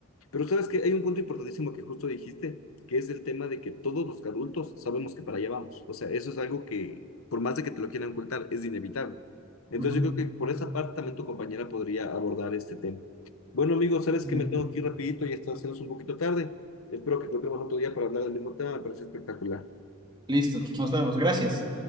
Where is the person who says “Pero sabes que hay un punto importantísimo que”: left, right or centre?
Left